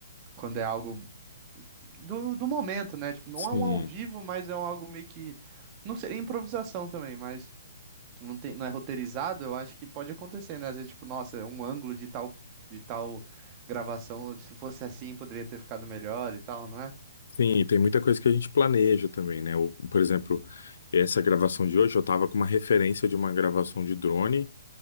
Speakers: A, on the right; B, on the left.
A: quando é algo do, do momento, né? Tipo, não
B: Sim,
A: é um ao vivo, mas é um algo meio que. Não seria improvisação também, mas não tem, não é roteirizado, eu acho que pode acontecer, né? Às vezes, tipo, nossa, um ângulo de tal, de tal gravação, se fosse assim, poderia ter ficado melhor e tal, não é?
B: sim, e tem muita coisa que a gente planeja também, né? O- por exemplo, essa gravação de hoje, eu tava com uma referência de uma gravação de drone,